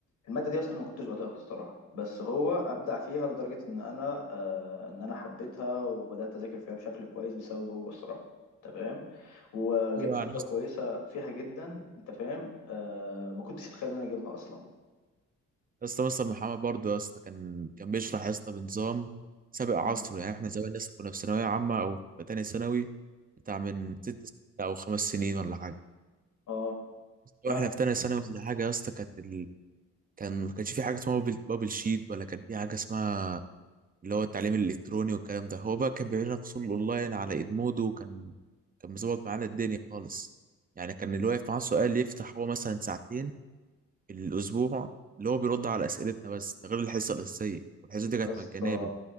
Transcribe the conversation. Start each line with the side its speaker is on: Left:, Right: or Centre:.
Left: الماده دي اصلا أنا ما كنتش بطيقها الصراحه بس هو ابدع فيها لدرجه ان انا آه، ان انا حبيتها وبدات اذاكر فيها بشكل كويس بسببه هو الصراحه انت فاهم وجبت
Right: ايوه يعني
Left: درجه
Right: يا
Left: كويسه فيها جدا انت فاهم آه ما كنتش اتخيل ان انا اجيبها اصلا
Right: اسطى مستر محمد برضو يا اسطى كان كان بيشرح يا اسطى بنظام سابق عصره
Left: اه
Right: يعني احنا زمان يا اسطى كنا في ثانويه عامه او في تانية ثانوي بتاع من ست سنين او خمس سنين ولا حاجه
Left: اه فعلا
Right: واحنا في تانية ثانوي ولا حاجه يا اسطى كانت ال... كان ما كانش في حاجه اسمها بابل, بابل شيت ولا كان في حاجه اسمها اللي هو التعليم الإلكتروني والكلام ده هو بقى كان بيعمل لنا فصول أونلاين على إدمودو وكان كان مظبط معانا الدنيا خالص يعني كان اللي واقف معاه سؤال يفتح هو مثلا ساعتين في الأسبوع اللي هو بيرد على أسئلتنا بس ده غير الحصة الأساسية والحصة دي كانت
Left: يا اسطى
Right: مجانية بن...